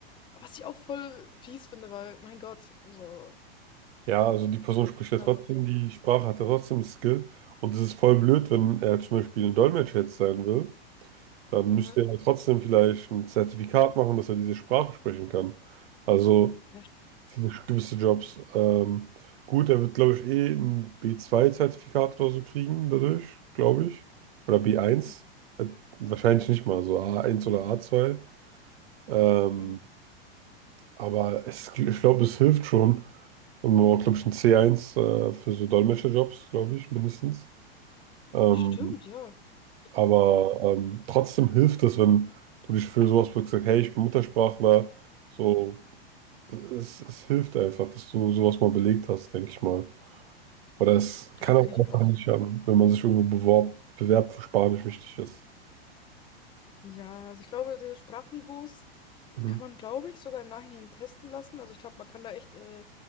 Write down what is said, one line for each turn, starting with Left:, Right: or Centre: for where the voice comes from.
Left: Aber was ich auch voll fies finde, weil, mein Gott, so.
Right: ja, also die Person spricht ja
Left: Na,
Right: trotzdem
Left: war das.
Right: die Sprache, hat ja trotzdem Skill. Und es ist voll blöd, wenn er zum Beispiel ein Dolmetscher jetzt sein will, dann
Left: Aha.
Right: müsste er trotzdem vielleicht ein Zertifikat machen, dass er diese Sprache sprechen kann. Also
Left: Ja, stimmt.
Right: für gewisse Jobs. Ähm, gut, er wird, glaube ich, eh ein b zwei zertifikat oder so kriegen dadurch, glaube ich. Oder b eins
Left: Mhm.
Right: Äh, wahrscheinlich nicht mal, so a eins oder a zwei. Ähm,
Left: Mhm.
Right: Aber es, ich glaube, es hilft schon. Und man braucht, glaube ich, ein C1 äh, für so Dolmetscherjobs, glaube ich, mindestens. Ähm,
Left: Stimmt, ja.
Right: aber
Left: Ja,
Right: ähm, trotzdem hilft es, wenn du dich für sowas bewirbst, sagst, hey, ich bin Muttersprachler. So, es, es hilft einfach, dass du sowas mal belegt hast, denke ich mal. Oder es
Left: ja,
Right: kann
Left: kann
Right: auch
Left: ich
Right: einfach
Left: mir auch.
Right: nicht schaden, wenn man sich irgendwo beworb, bewerbt, wo Spanisch wichtig ist.
Left: Ja, also ich glaube, diese Sprachniveaus,
Right: Mhm.
Left: die kann man, glaube ich, sogar im Nachhinein testen lassen. Also ich glaube, man kann da echt äh,